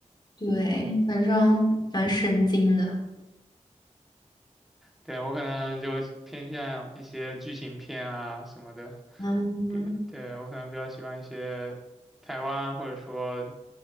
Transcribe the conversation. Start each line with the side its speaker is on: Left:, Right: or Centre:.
Left: 对，反正蛮神经的。
Centre: 对我可能就偏向一些剧情片啊什么的，
Left: 嗯，
Centre: 比对我可能比较喜欢一些台湾或者说